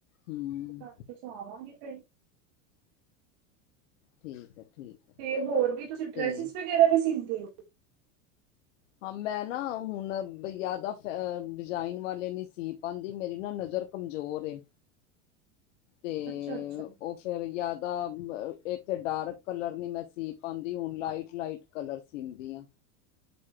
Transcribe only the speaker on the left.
ਹਮ
ਠੀਕ ਹੈ। ਠੀਕ ਹੈ
ਤੇ
ਹਾਂ ਮੈਂ ਨਾ ਹੁਣ ਜ਼ਿਆਦਾ ਡਿਜ਼ਾਇਨ ਵਾਲੇ ਨਹੀਂ ਸੀ ਪਾਉਂਦੀ ਮੇਰੀ ਨਾ ਨਜ਼ਰ ਕਮਜ਼ੋਰ ਏ ਤੇ
ਉਹ ਫਿਰ ਜ਼ਿਆਦਾ ਇੱਕ ਡਾਰਕ ਕਲਰ ਨਹੀਂ ਮੈਂ ਸੀ ਪਾਉਂਦੀ ਹੁਣ ਲਾਈਟ ਲਾਈਟ ਕਲਰ ਸੀਂਦੀ ਹਾਂ।